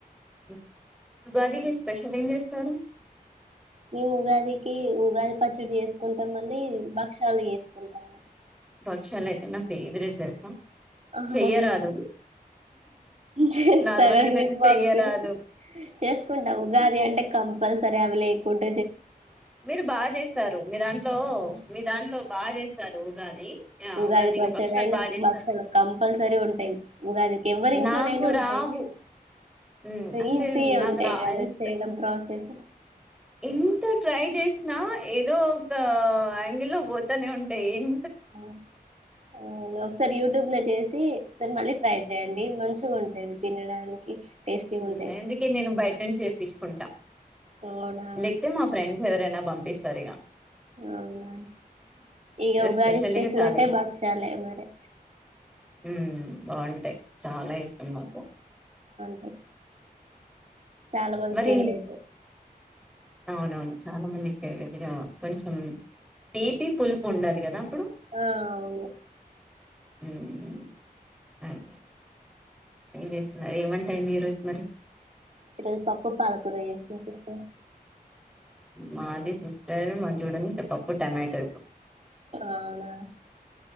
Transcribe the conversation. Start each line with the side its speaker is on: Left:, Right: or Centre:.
Centre: మ్ ఉగాదికి స్పెషల్ ఏం చే స్తరు
Right: మేము ఉగాదికి, ఉగాది పచ్చడి చేసుకుంటాం మళ్ళీ భక్షాలు చేసుకుంటాము.
Centre: భక్షాలయితే నా ఫేవరెట్ తెలుసా
Right: అవునా
Centre: చెయ్యరాదు
Right: చేస్త
Centre: నార్మల్గానయితే
Right: గాని మీకు పంపి
Centre: చెయ్యరాదు
Right: చేసుకుంటాం ఉగాది అంటే కంపల్సర్ గవి లేకుంట
Centre: ప్చ్ మీరు బాగా చేస్తారు మీ దాంట్లో మీ దాంట్లో బాగా చేస్తారు. ఉగాది ఆ
Right: ఉగాదికి వచ్చే
Centre: భక్షాలు
Right: టైంలో
Centre: బాగా చేస్తారు
Right: భక్షలు కంపల్సరీ ఉంటయి. ఉగాదికి ఎవ్వరి ఇంట్లోనైనా
Centre: నాకు
Right: ఉంటయి.
Centre: రావు ఉమ్, అంటే
Right: ఈజీయే
Centre: నాకు
Right: ఉంటయి
Centre: రా
Right: కదా
Centre: ఎంత
Right: చేయడం ప్రాసెస్.
Centre: ఎంత ట్రై చేసినా ఏదో ఒక యాంగిల్ లో పోతనే ఉంటాయి. ఎం
Right: ఆ అ ఒకసారి యూట్యూబ్ లో చేసి, సరి మళ్ళీ ట్రై చేయ్యడి. మంచిగా ఉంటుంది తినడానికి టేస్టీగా
Centre: మ్మ్
Right: ఉంటాయి
Centre: ఇందుకే నేను బయట నుంచి తెప్పించుకుంటా.
Right: అవునా
Centre: లేక్తే మా ఫ్రెండ్స్ ఎవరైనా పంపిస్తారు ఇగ
Right: అవునా ఇగ
Centre: ఎస్పెషల్లీ
Right: ఉగాది స్పెషల్
Centre: గా చాలా
Right: అంటే భక్షాలే మరి
Centre: హ్మ్ బాగుంటాయి చాలా ఇష్టం నాకు
Right: థ్యాం చాలా మంది
Centre: మరి
Right: ఫేవరెట్
Centre: అవునవును చాలా మందికిది ఇ కొంచం తీపి పులుపు ఉండాలి కదా అప్పుడు
Right: ఆ అవును
Centre: ఉమ్ హ్మ్ ఏం చేస్తున్నారు ఏమంటాయింది ఈరోజు మరి
Right: ఈరోజు పప్పు పాలకుర చేసిన సిస్టర్
Centre: మాది సిస్టర్ మాది చూడండి పప్పు టమాటో
Right: అవునా